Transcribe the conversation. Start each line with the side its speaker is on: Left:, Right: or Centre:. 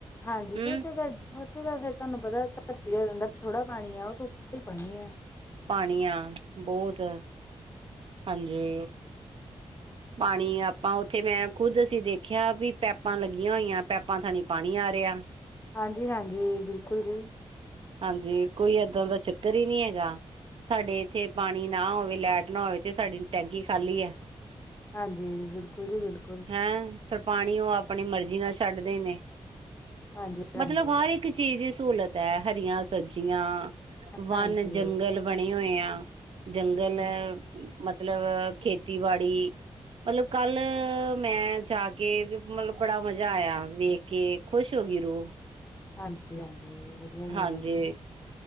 Left: ਹਾਂਜੀ
Right: ਹਮ
Left: ਜੀ ਉੱਥੇ ਚ ਤਾਂ ਫੇਰ ਤੁਹਾਨੂੰ ਪਤਾ ਧਰਤੀ ਦੇ ਅੰਦਰ ਥੋੜਾ ਪਾਣੀ ਆ ਉਹ ਉੱਪਰ ਹੀ ਪਾਣੀ ਆ।
Right: ਪਾਣੀ ਆ ਬਹੁਤ ਹਾਂਜੀ। ਪਾਣੀ ਆਪਾ ਉ ਉੱਥੇ ਮੈਂ ਖੁਦ ਅਸੀਂ ਦੇਖਿਆ ਵੀ ਪੈਪਾਂ ਲੱਗੀਆਂ ਹੋਈਆਂ ਪੈਪਾਂ ਥਾਣੀ ਪਾਣੀ ਆ ਰਿਹਾ।
Left: ਹਾਂਜੀ-ਹਾਂਜੀ, ਬਿਲਕੁਲ ਜੀ।
Right: ਹਾਂਜੀ, ਕੋਈ ਏਦਾਂ ਦਾ ਚੱਕਰ ਹੀ ਨੀ ਹੈਗਾ ਸਾਡੇ ਇੱਥੇ ਪਾਣੀ ਨਾ ਹੋਵੇ ਲੈਟ ਨਾ ਹੋਵੇ ਤੇੇ ਸਾਡੀ ਟੈਂਕੀ ਖਾਲੀ ਐ।
Left: ਹਾਂਜੀ, ਬਿਲਕੁਲ ਜੀ ਬਿਲਕੁਲ।
Right: ਹੈਂ, ਫੇਰ ਪਾਣੀ ਉਹ ਆਪਣੀ ਮਰਜ਼ੀ ਨਾਲ ਛੱਡਦੇ ਨੇ
Left: ਹਾਂਜੀ-ਹਾਂਜੀ,
Right: ਮਤਲਬ ਹਰ ਇੱਕ ਚੀਜ਼ ਦੀ ਸਹੂਲਤ ਐ, ਹਰੀਆਂ ਸਬਜ਼ੀਆਂ, ਵੰਨ,
Left: ਹਾਂਜੀ।
Right: ਜੰਗਲ ਬਣੇ ਹੋਏ ਆ ਜੰਗਲ
Left: ਹਾਂਜੀ,
Right: ਐ, ਮਤਲਬ ਖੇਤੀਬਾੜੀ। ਮਤਲਬ ਕੱਲ ਮੈਂ ਜਾ ਕੇ ਵੀ ਮਤਲਬ ਬੜਾ ਮਜ਼ਾ ਆਇਆ ਵੇਖ ਕੇ ਖੁਸ਼ ਹੋ ਗਈ ਰੂਹ।
Left: ਹਾਂਜੀ-ਹਾਂਜੀ। ਵਧੀਆ ਗੱਲ
Right: ਹਾਂਜੀ।
Left: ਹੈ ਜੀ